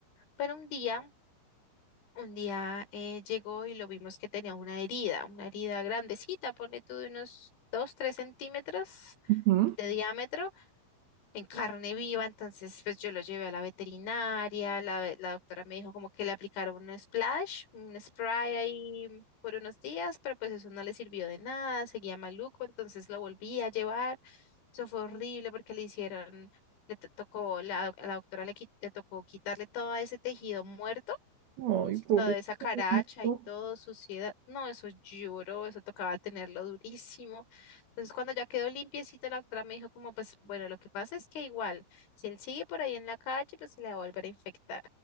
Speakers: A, on the left (about 85°); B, on the right (about 65°).
A: Pero un día, un día eh, llegó y lo vimos que tenía una herida, una herida grandecita, ponle tú de unos 2 3 centímetros
B: ujú.
A: de diámetro en carne viva, entonces pues yo lo llevé a la veterinaria, la, ve- la doctora me dijo como que le aplicaron un splash, un spray ahí por unos días, pero pues eso no le sirvió de nada, seguía maluco, entonces lo volví a llevar, eso fue horrible porque le hicieron, le to- tocó, la, doc- a la doctora le, qui- le tocó quitarle todo ese tejido muerto
B: Ay, pobrecito.
A: toda esa caracha y todo, suciedad. No, eso lloró, eso tocaba tenerlo durísimo. Entonces, cuando ya quedó limpiecito, la doctora me dijo como, pues, bueno, lo que pasa es que igual, si él sigue por ahí en la calle, pues se le va a volver a infectar.